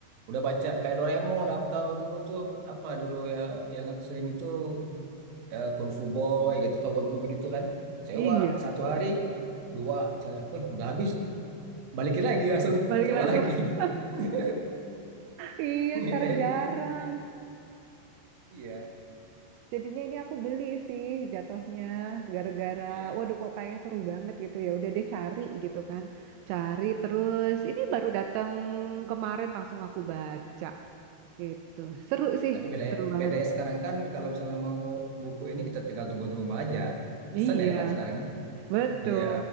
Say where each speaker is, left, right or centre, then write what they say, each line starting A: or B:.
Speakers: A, on the right (about 70°); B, on the right (about 85°).
A: udah baca kayak Doraemon atau dulu tuh apa dulu ya yang aku sering itu ya, Kung Fu Boy gitu kalau komik-komik gitu kan sewa
B: Iya,
A: satu hari dua misalnya eh udah habis balikin lagi langsung
B: balik
A: sewa
B: langsung.
A: lagi
B: <laughs>
A: <laughs>
B: Iya,
A: <laughs>
B: sekarang
A: kayak
B: jarang.
A: gitu iya
B: Jadinya ini aku beli sih jatuhnya gara-gara
A: iya
B: waduh kok kayak seru banget gitu ya udah deh cari gitu kan. Cari terus ini baru dateng kemarin langsung aku baca gitu. Seru sih,
A: tapi bedanya
B: seru banget.
A: bedanya sekarang kan kalau misalnya mau buku ini kita tinggal tunggu di rumah aja
B: Iya,
A: pesan ya kan sekarang kan
B: betul.
A: iya